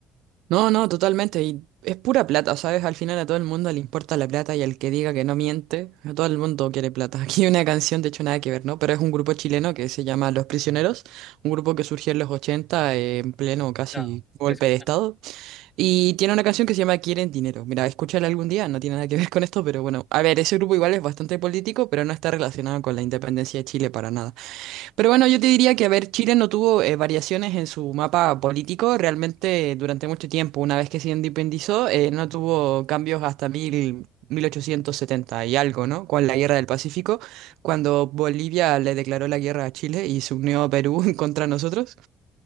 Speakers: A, on the right; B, on the left.
A: No, no, totalmente. Y es pura plata, ¿sabes? Al final a todo el mundo le importa la plata y al que diga que no miente, a todo el mundo quiere plata. <laughs> Aquí hay una canción, de hecho, nada que ver, ¿no? Pero es un grupo chileno que se llama Los Prisioneros, un grupo que surgió en los ochenta eh, en pleno casi
B: Claro,
A: golpe
B: es bastante
A: de estado. Y tiene una canción que se llama Quieren Dinero. Mira, escúchala algún día, no tiene nada que ver con esto, pero bueno. A ver, ese grupo igual es bastante político, pero no está relacionado con la independencia de Chile para nada. Pero bueno, yo te diría que, a ver, Chile no tuvo eh, variaciones en su mapa político realmente durante mucho tiempo. Una vez que se independizó, eh, no tuvo cambios hasta mil, 1870 y algo, ¿no? Con la Guerra del Pacífico, cuando Bolivia le declaró la guerra a Chile y se unió a Perú <laughs> contra nosotros.